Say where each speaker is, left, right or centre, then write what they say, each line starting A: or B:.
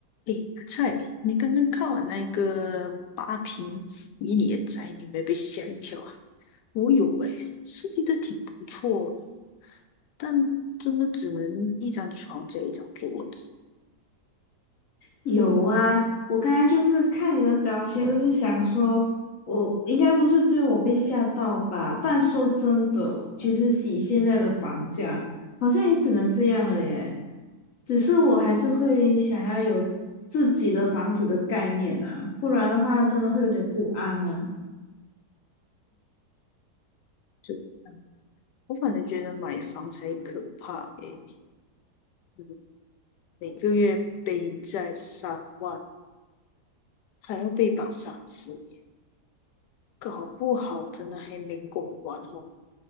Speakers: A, on the left; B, on the left.
A: 诶，阿菜，你刚刚看完那个八平迷你的宅女，有没有被吓一跳啊？我有诶，设计的挺不错的，但真的只能一张床加一张桌子。
B: 有啊，我刚才就是看你的表情，我就想说，我应该不是只有我被吓到吧？但说真的，其实以现在的房价，好像也只能这样了耶。只是我还是会想要有自己的房子的概念啊，不然的话真的会有点不安哦。
A: 就我反正觉得买房才可怕诶，嗯，每个月背债三万，还要被绑三十年，搞不好真的还没供完哦，